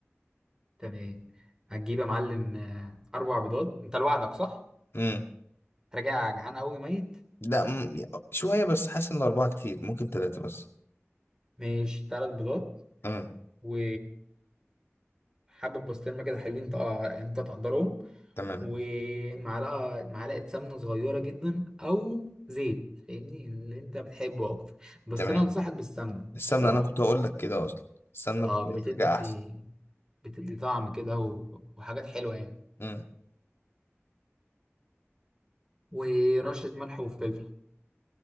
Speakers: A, on the right (about 15°); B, on the left (about 55°).
A: <laughs> تمام هتجيب يا معلم آه، اربع بيضات انت لوحدك صح
B: امم
A: راجع جعان قوي ميت
B: لا مم. شويه بس حاسس ان الاربعه كتير ممكن ثلاثه بس
A: ماشي ثلاث بيضات
B: امم
A: و حبة بسطرمه كده حلوين انت آه، انت تقدرهم
B: تمام
A: ومعلقه معلقه سمنه صغيره جدا او زيت فاهمني اللي انت بتحبه اكتر بس
B: تمام
A: انا انصحك بالسمنه
B: السمنه
A: بصراحه
B: انا كنت هقول لك كده اصلا السمنه
A: اه
B: بتبقى
A: بتدي
B: حاجه احسن
A: بتدي طعم كده و- وحاجات حلوة يعني
B: امم
A: ورشة ملح وفلفل